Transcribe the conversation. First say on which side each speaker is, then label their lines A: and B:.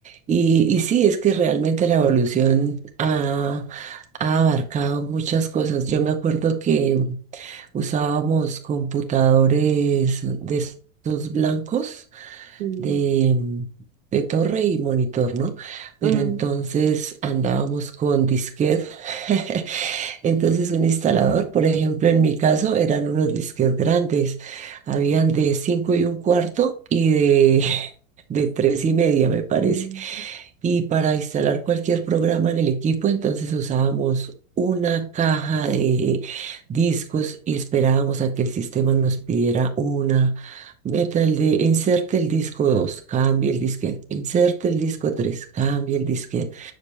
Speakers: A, on the right; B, on the right.
A: Y, y sí, es que realmente la evolución ha, ha abarcado muchas cosas. Yo me acuerdo que Usábamos computadores de esos blancos
B: Sí.
A: de, mm, de torre y monitor, ¿no? Pero
B: Mm,
A: entonces andábamos con disquet. <laughs> Entonces un instalador, por ejemplo, en mi caso eran unos disquetes grandes. Habían de cinco y un cuarto y de, <laughs> de tres y media, me parece.
B: mm,
A: Y para instalar cualquier programa en el equipo, entonces usábamos una caja de discos y esperábamos a que el sistema nos pidiera una. Meta el de inserte el disco dos cambie el disquete, inserte el disco tres cambie el disquete.